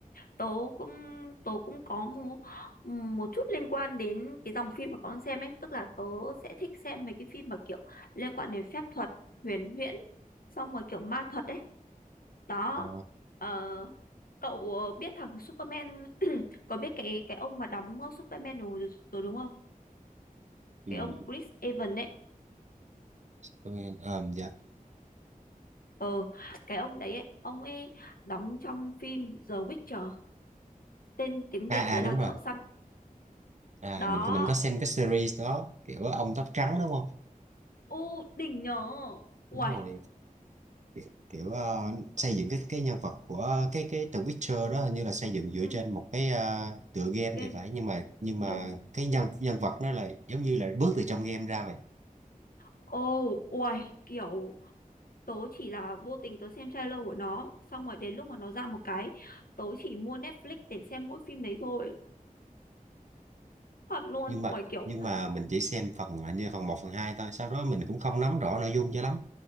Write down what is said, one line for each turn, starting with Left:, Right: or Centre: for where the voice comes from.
Left: Tớ cũng tớ cũng có một, một chút liên quan đến cái dòng phim mà con đang xem ấy, tức là tớ sẽ thích xem mấy cái phim mà kiểu liên quan đến phép thuật, huyền huyễn, xong rồi kiểu ma thuật ấy. Đó.
Right: Ờ,
Left: Ờ, cậu ờ, biết thằng Superman <coughs> <laughs> có biết cái cái ông mà đóng Superman rồi, rồi đúng không?
Right: thì
Left: cái ông Chris Evans ấy
Right: tôi ờ, dạ
Left: ờ cái ông đấy ấy, ông ấy đóng trong phim The Witcher tên tiếng Việt
Right: à
Left: đấy
Right: à đúng
Left: là Thợ
Right: rồi
Left: săn
Right: à
Left: đó
Right: mình mình có xem cái series đó kiểu ông tóc trắng đúng không
Left: u đỉnh nhờ uầy
Right: đúng rồi kiểu, kiểu ờ, xây dựng cái cái nhân vật của cái cái The Witcher đó hình như là xây dựng dựa
Left: ừ,
Right: trên một cái ờ, tựa game
Left: game
Right: thì phải nhưng mà nhưng mà
Left: đúng
Right: cái nhân nhân vật nó là giống như là bước từ trong game ra vậy
Left: ô uầy kiểu tớ chỉ là vô tình tớ xem trailer của nó xong rồi đến lúc mà nó ra một cái tớ chỉ mua Netflix để xem mỗi phim đấy thôi thật luôn
Right: nhưng mà
Left: uầy kiểu
Right: nhưng mà mình chỉ xem phần hình như phần một phần 2 thôi sau đó mình cũng không nắm rõ nội dung cho lắm